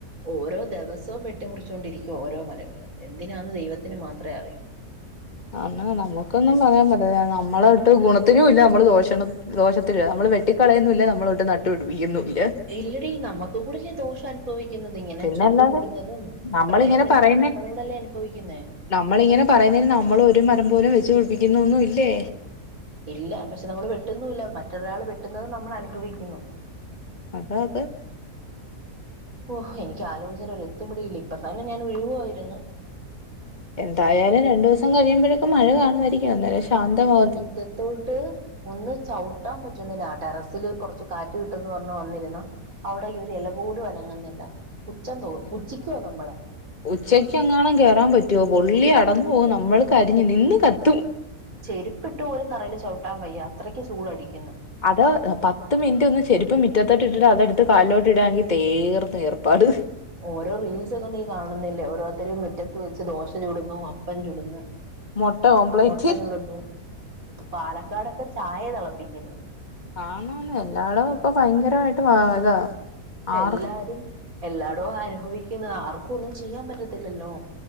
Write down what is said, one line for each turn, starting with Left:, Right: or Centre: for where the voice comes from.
Right: ഓരോ ദേവസോം വെ ട്ടിമുറിച്ചുൊണ്ടിരിക്കുവോ ഓരോ മരങ്ങൾ എന്തിനാന്ന് ദൈവത്തിന് മാത്രെ അറിയൂ
Left: അന്ന് നമ്മക്കൊന്നും പറയാൻ പറ്റില്ല നമ്മളട്ട് ഗുണത്തിനും ഇല്ല നമ്മള് ദോഷണ ദോഷത്തില്ല നമ്മൾ വെട്ടിക്കളയുന്നില്ല നമ്മളോട്ട് നട്ടു പിടിപ്പിക്കുന്നു ഇല്ല
Right: ഇല്ലടി നമക്ക് കൂടിയല്ലെ ദോഷം അനുഭവിക് ഇങ്ങനെ
Left: പിന്നല്ലാതെ
Right: ചൂട് കൂടുന്നതും
Left: നമ്മളിങ്ങനെ
Right: പ്രളയം വരുന്നതും
Left: പറയുന്നേ
Right: നമ്മളൂടല്ലേ അനുഭവിക്കുന്നേ
Left: നമ്മളിങ്ങനെ പറയുന്നന് നമ്മൾ ഒരു മരം പോലും വെച്ച് പിടിപ്പിക്കൂന്നൊന്നു ഇല്ലേ
Right: ഇല്ല പക്ഷെ നമ്മൾ വെട്ടുന്നുല്ല മറ്റൊരാൾ വെട്ടുന്നത് നമ്മൾ അനുഭവിക്കുന്നു
Left: അതെ അതെ
Right: ഓഹ് എനിക്ക് ആലോജിചിട്ട് ഒരെത്തും പിടിയില്ല ഇപ്പ തന്നെ ഞാൻ ഉരുകുവാ ഇരുന്ന്.
Left: എന്തായാലും രണ്ടൂസം കഴിയുമ്പഴൊക്കെ മഴ കാണുമായിരിക്കും അന്നേനേ ശാന്തമാ
Right: മിറ്റത്തോട്ട് ഒന്ന് ചവിട്ടാൻ പറ്റുന്നില്ല ആ ടെറസില് കൊറച്ച് കാറ്റ് കിട്ടുംന്ന് പറഞ്ഞ് വന്നിരുന്നാ അവിടെ ഈ ഒരു എല പോലും അനങ്ങുന്നില്ല പുഛം തോ പുഛിക്കുവ നമ്മളെ.
Left: ഉച്ചക്ക് എങ്ങാനും കേറാൻ പറ്റുവോ പൊള്ളി അടന്ന്പോകും നമ്മൾക്ക് കരിഞ്ഞ് നിന്ന് കത്തും
Right: ചെരുപ്പിട്ട് പോലും തറയില് ചവിട്ടാൻ വയ്യ അത്രക്ക് ചൂടടിക്ക്ന്ന്.
Left: അതാ. പത്ത് മിനിറ്റ് ഒന്ന് ചെരിപ്പം മിറ്റത്തോട്ട് ഇട്ടിട്ട് അതെടുത്ത് കാലിലോട്ട് ഇടാങ്കി തീർന്ന് ഏർപ്പാട്.
Right: ഓരോ റീൽസൊക്കെ നീ കാണുന്നില്ലേ ഓരോത്തരും മുറ്റത്ത് വെച്ച് ദോശ ചൂടുന്നു, അ പ്പൻ ചുടുന്നു,
Left: മുട്ട ഓംപ്ലേറ്റ്
Right: മൊട്ട ചുടുന്നു. പാലക്കാടൊക്കെ ചായെ തിളപ്പിക്കുന്ന്.
Left: ആണ് ആണ് എല്ലാടോം ഇപ്പൊ ഭയങ്കരമായിട്ട് വാ ഇതാ. ആറ്
Right: എല്ലാരും എല്ലായിടോ അനുഭവിക്കുന്ന ആർക്കും ഒന്നും ചെയ്യാൻ പറ്റത്തില്ലല്ലോ